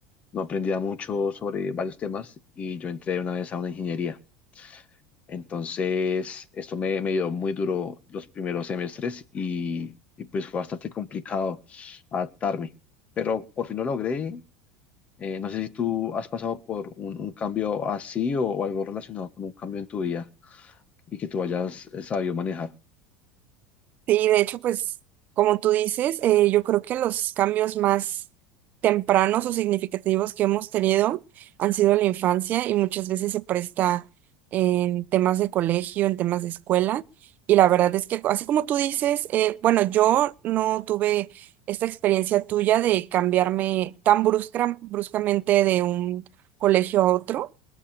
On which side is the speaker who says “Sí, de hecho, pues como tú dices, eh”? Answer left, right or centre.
Right